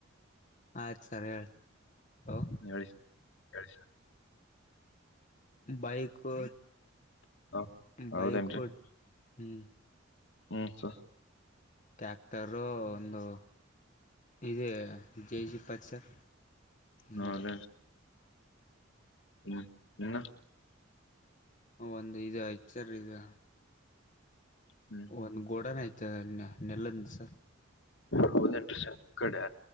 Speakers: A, on the left; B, on the left.
A: ಆಯ್ ಸರಿ ಹೇಳಿ ಹಲೋ
B: ಹೇಳ ಹೇಳ
A: ಬೈಕ್ುಟ
B: ಹೌದ್ ಹೌದೇನ್ರಿ
A: ಬೈಕ್ು ಹ್ಮ
B: ಹ್ಮ್ ಸ
A: ಟ್ಯಾಕ್ಟರು ಒಂದು ಇದೆ ಜೇ ಜಿ ಪಚರ್
B: ಹೌ
A: ಮೂರು
B: ಅದ ಹ್ಮ್ ನಿ
A: ಒಂದು್ ಇದು ಐ ಸರ್ ಇದು
B: ಹ್ಮ್
A: ಒಂದ್ ಗೋಡನ ಆಯ್ತ ನೆಲ್ಲಂದ ಸರ್
B: ಹೌದಟರಿ ಸ ಕಡೆ